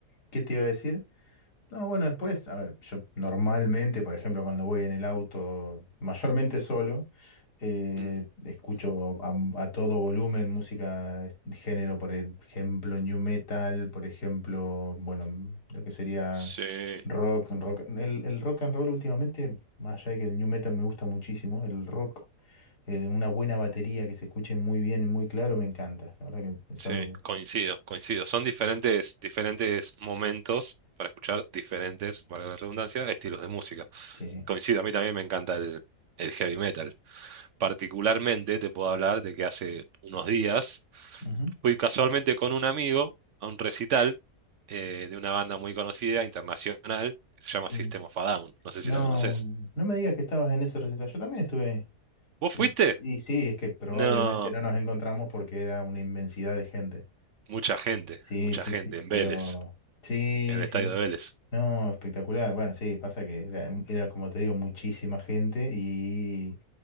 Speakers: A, on the left (about 85°); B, on the right (about 60°).
A: qué te iba a decir? No, bueno, después, a ver, yo normalmente, por ejemplo, cuando voy en el auto, mayormente solo, eh,
B: Mm,
A: escucho a, a todo volumen música de género, por ejemplo, new metal, por ejemplo, bueno, lo que sería
B: Sí,
A: rock, rock, el, el rock and roll últimamente, más allá de que el new metal me gusta muchísimo, el rock, eh, una buena batería que se escuche muy bien y muy claro, me encanta. La verdad que es
B: sí,
A: algo que...
B: coincido, coincido. Son diferentes, diferentes momentos para escuchar diferentes, para la redundancia, estilos de música.
A: Sí.
B: Coincido, a mí también me encanta el, el heavy metal. Particularmente te puedo hablar de que hace unos días
A: Ujú,
B: fui casualmente con un amigo a un recital eh, de una banda muy conocida, internacional, que se llama
A: Sí.
B: System of a Down. No sé
A: No,
B: si la conoces.
A: no me digas que estabas en ese recital. Yo también estuve ahí.
B: ¿Vos
A: Te-
B: fuiste?
A: Y sí, es que probablemente
B: No,
A: no nos encontramos porque era una inmensidad de gente.
B: mucha gente,
A: Sí,
B: mucha
A: sí,
B: gente
A: sí,
B: en
A: pero
B: Vélez,
A: sí,
B: en el
A: sí.
B: estadio de Vélez.
A: No, espectacular. Bueno, sí, pasa que era, era, como te digo, muchísima gente y